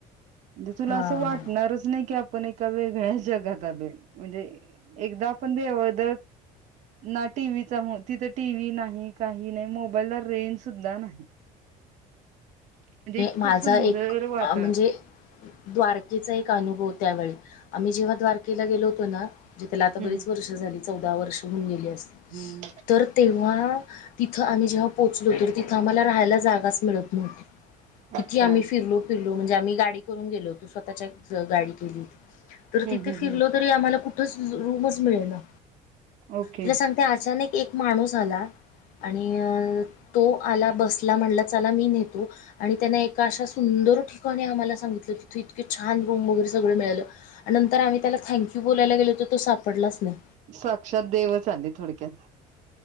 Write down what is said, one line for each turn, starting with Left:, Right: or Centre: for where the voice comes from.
Right: म्हणजे तुला
Left: हा
Right: असं वाटणारच नाही की आपण एका वेगळ्या जगात आलोय म्हणजे. एकदा आपण देवद ना टीव्हीचा तिथं टीव्ही नाही काही नाही मोबाईलला रेंज सुद्धा नाही. म्हणजे इतकं
Left: माझा
Right: सुंदर
Left: एक
Right: वातावरण
Left: म्हणजे द्वारकेचा एक अनुभव त्यावेळी आम्ही जेव्हा द्वारकेला गेलोतो ना जे त्याला आता
Right: हम्म
Left: बरीच वर्ष झाली चौदा वर्ष होऊन गेली.
Right: हम्म
Left: तर तेव्हा. तिथं आम्ही जेव्हा पोहोचलो तर तिथं आम्हाला राहायला जागाच मिळत नव्हती. किती
Right: अच्छा
Left: आम्ही फिरलो फिरलो म्हणजे आम्ही गाडी करून गेलो होतो स्वतःच्या गाडी केली.
Right: हम्म
Left: तर तिथे
Right: हम्म
Left: फिरल
Right: हम्म
Left: तरी आम्हाला कुठंच रूमच मिळे ना
Right: ओके
Left: तुला सांगते अचानक एक माणूस आला. आणि अ तो आला बसला म्हणला चला मी नेतो. आणि त्यांना एका अशा सुंदर ठिकाणी आम्हाला सांगितलं कि इतके छान रूम वगैरे सगळं मिळालं. नंतर आम्ही त्याला थँक्यू बोलायला गेलोत तो सापडलाच नाही.
Right: साक्षात देवच आली थोडक्यात.